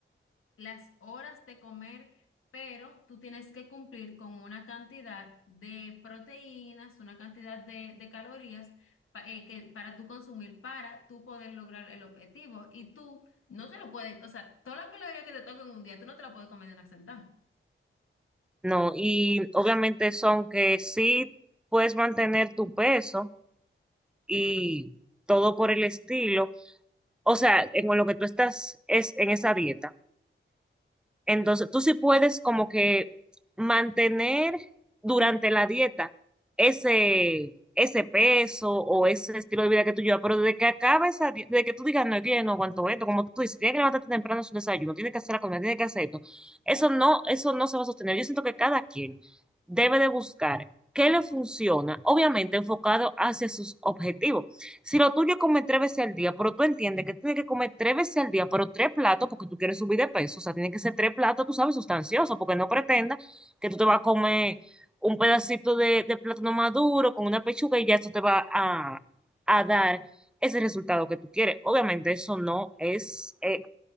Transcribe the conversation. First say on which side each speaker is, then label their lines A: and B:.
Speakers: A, on the left; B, in the centre.
A: las horas de comer, pero tú tienes que cumplir con una cantidad de proteínas, una cantidad de, de calorías pa- eh, que, para tú consumir, para tú poder lograr el objetivo. Y tú no te lo puedes, o sea, toda la caloría que te toca en un día, tú no te la puedes comer de una sentada.
B: No, y obviamente son que sí puedes mantener tu peso y todo por el estilo, o sea, en lo que tú estás es en esa dieta. Entonces, tú sí puedes como que mantener durante la dieta ese, ese peso o ese estilo de vida que tú llevas, pero desde que acaba esa dieta, desde que tú digas, no, es que yo no aguanto esto, como tú dices, tienes que levantarte temprano a su desayuno, tienes que hacer la comida, tienes que hacer esto, eso no, eso no se va a sostener. Yo siento que cada quien debe de buscar qué le funciona, obviamente enfocado hacia sus objetivos, si lo tuyo es comer tres veces al día, pero tú entiendes que tienes que comer tres veces al día, pero tres platos porque tú quieres subir de peso. O sea, tiene que ser tres platos, tú sabes, sustanciosos, porque no pretendas que tú te vas a comer un pedacito de, de plátano maduro con una pechuga y ya eso te va a, a dar ese resultado que tú quieres. Obviamente eso no es, eh,